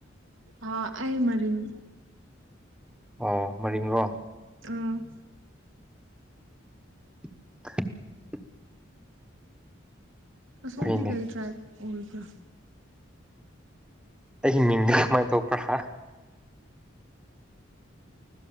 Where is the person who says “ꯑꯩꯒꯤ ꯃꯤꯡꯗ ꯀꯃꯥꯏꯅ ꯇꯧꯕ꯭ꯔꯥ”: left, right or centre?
Centre